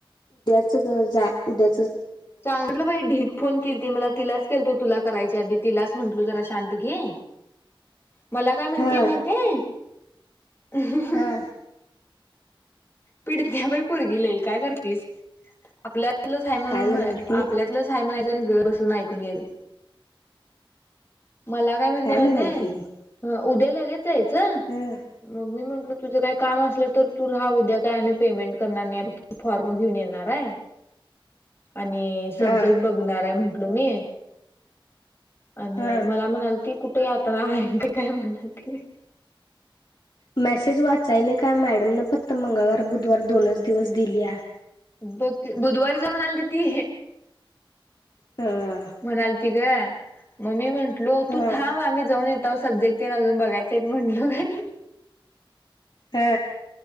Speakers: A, on the left; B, on the left.
A: तूझंच आहे उद्या
B: चांगलं बाई ढिग फोन केलती मला तिलाच केलतो तुला करायच्या आधी तिलाच म्हंटलो जरा शांत घे मला काय म्हणती
A: हा
B: या माहीत आहे ह्
A: हा
B: पिडतिया बाई पोरगी लई काय करतिस आपल्यातलंच आहे म्हणून
A: काय म्हणाल ती
B: आपल्यातलंच आहे म्हणायचं <inaudible> गप्प बसून ऐकून घ्याचं मला काय म्हणते माहिती
A: म्हणाल
B: आहे
A: ती
B: उद्या लगेच जायचं
A: हा
B: मग मी म्हंटलो तुझं काय काम असलं तर तू राहा उद्या काय मी पेमेंट करणार नाही फक्त फॉर्म घेऊन येणार आहे आणि सब्जेक्ट
A: हा
B: बघणार आहे म्हंटल मी आणि
A: हा
B: मला म्हणालती कुठे यात्रा आहे काय म्हणालंती बाई
A: मेसेज वाच्याय नाही काय मॅडमनं फक्त मंगळवार बुधवार दोनच दिवस दिली
B: बघ कि बुधवारी जा म्हणालती ती
A: हा
B: म्हणालती गं म मी म्हंटलो
A: हा
B: तू थांब आम्ही जाऊन येतो सब्जेक्ट तेण अजून बघायचं आहे म्हंटलो का
A: हा